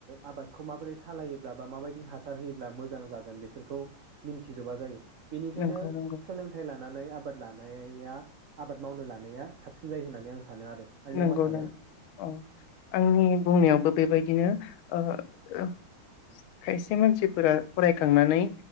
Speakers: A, on the right; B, on the left.
A: आबादखौ माबोरै सालायोब्ला बा माबायदि हासार होयोब्ला मोजां जागोन बेफोरखौ मिन्थिजोबा जायो। बेनिखायनो
B: नंगौ नंगौ
A: सोलोंथाइ लानानै आबाद लानाया आबाद मावनो लानाया साबसिन जायो होननानै आं सानो आरो आरो नों
B: नोंगौ
A: मा सानो?
B: नोंगौ औ आंनि बुंनायावबो बेबायदिनो। ओ खायसे मानसिफोरा फरायखांनानै